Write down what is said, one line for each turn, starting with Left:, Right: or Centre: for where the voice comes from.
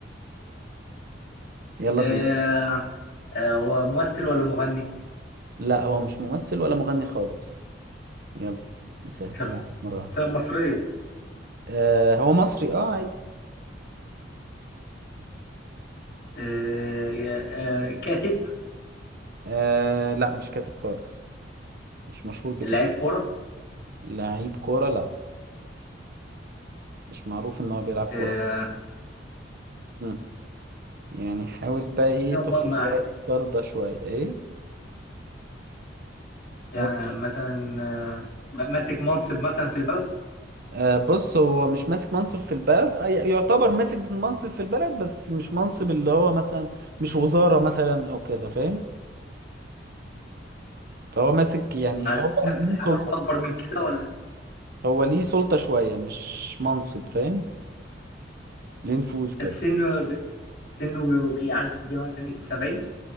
Right: يلا
Left: آه
Right: بينا
Left: آه هو ممثل ولا مغني؟
Right: لا هو مش ممثل ولا مغني خالص يلا نسهل
Left: شخصية
Right: عليك مرة
Left: مصرية
Right: آه هو مصري اه عادي
Left: آه آه كاتب
Right: آه لا مش كاتب خالص مش مشهور بكده
Left: لاعب كورة
Right: لعيب كورة لا مش معروف ان هو بيلعب كورة
Left: آه
Right: مم. يعني حاول بقى ايه
Left: هم-
Right: تخرج
Left: ما-
Right: بره الإطار ده شوية ايه
Left: يعني
Right: حاول
Left: مثلا آه ماسك منصب مثلا في البلد
Right: آه، بص هو مش ماسك منصب في البلد آه، ي- يعتبر ماسك منصب في البلد بس مش منصب اللي هو مثلا مش وزارة مثلا او كده فاهم فهو ماسك يعني
Left: يعني
Right: هو
Left: حاجة
Right: ليه سلطة
Left: حاجة أكبر من كده ولا
Right: هو ليه سلطة شوية مش منصب فاهم ليه نفوذ كده
Left: طب سنه سنه بي- بيعدي مثلا السبعين